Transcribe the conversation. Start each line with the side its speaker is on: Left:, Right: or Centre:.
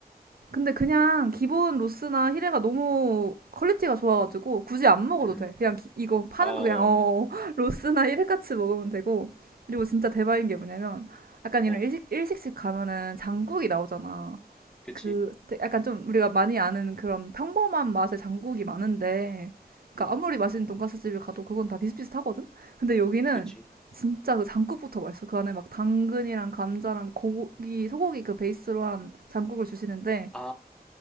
Right: 근데 그냥 기본 로스나 히레가 너무 퀄리티가 좋아가지고 굳이 안 먹어도
Centre: 음.
Right: 돼. 그냥 기- 이거 파는
Centre: 아, 어,
Right: 거 그냥 어 <laughs> 로스나 히레 같이 먹으면 되고 그리고 진짜 대박인 게 뭐냐면 약간 이런
Centre: 어.
Right: 일식 일식집 가면은 장국이 나오잖아.
Centre: 그치.
Right: 그 되- 약간 좀 우리가 많이 아는 그런 평범한 맛의 장국이 많은데 그러니까
Centre: 음,
Right: 아무리 맛있는 돈가스 집을 가도 그건 다 비슷비슷하거든. 근데 여기는
Centre: 그치.
Right: 진짜 그 장국부터 맛있어. 그 안에 막 당근이랑 감자랑 고기 소고기 그 베이스로 한 장국을 주시는데
Centre: 아,